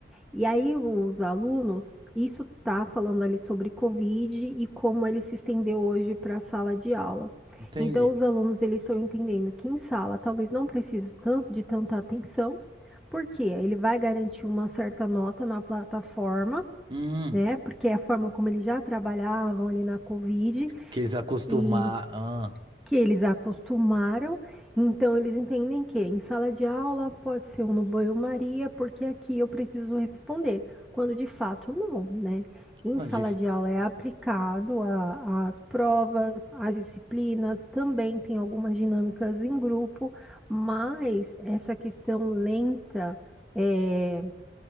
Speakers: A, in the centre; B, on the right.
A: E aí os alunos, isso está falando ali sobre Covid e como ele se estendeu hoje para a sala de aula.
B: entendi.
A: Então os alunos eles estão entendendo que em sala talvez não precise tanto de tanta atenção, porque ele vai garantir uma certa nota na plataforma,
B: Hum,
A: né? Porque é a forma como eles já trabalhavam ali na Covid
B: quis acostumar.
A: e
B: Ah,
A: que eles acostumaram, então eles entendem que em sala de aula pode ser um no banho-maria, porque aqui eu preciso responder, quando de fato não, né? Em
B: quando
A: sala
B: dif-
A: de aula é aplicado a- às provas, às disciplinas, também tem algumas dinâmicas em grupo, mas essa questão lenta, é,